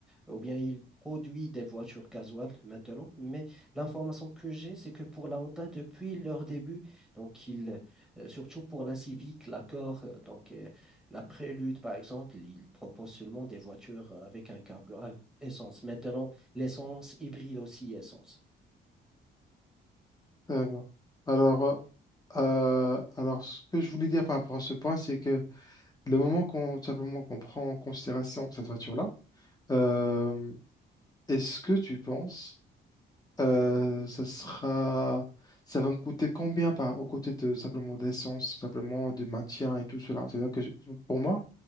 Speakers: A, in the centre; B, on the left.
A: ou bien il produit des voitures casuales maintenant. Mais l'information que j'ai, c'est que pour la Honda, depuis leur début, donc ils euh, surtout pour la Civic, l'Accord, euh, donc euh, la Prélude par exemple, ils proposent seulement des voitures avec un carburant euh, essence. Maintenant, l'essence hybride aussi essence.
B: Euh, alors, euh, alors, ce que je voulais dire par rapport à ce point, c'est que le moment qu'on tout simplement qu'on prend en considération cette voiture-là, euh, est-ce que tu penses euh, ça sera, ça va me coûter combien par aux côtés de simplement d'essence, tout simplement de maintien et tout cela? C'est-à-dire que je- pour moi,